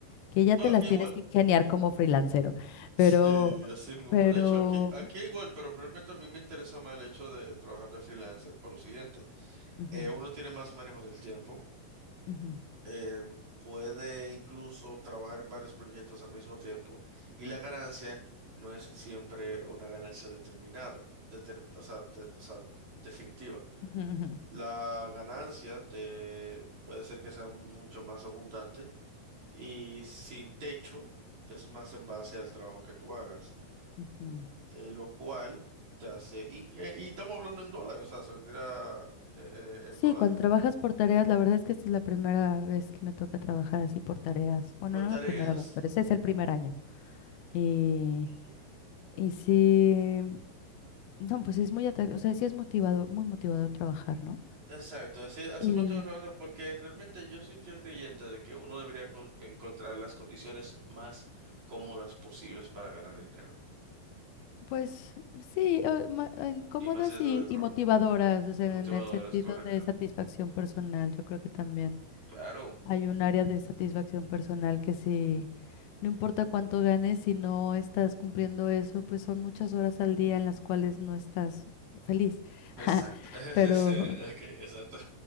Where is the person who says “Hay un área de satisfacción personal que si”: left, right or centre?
Left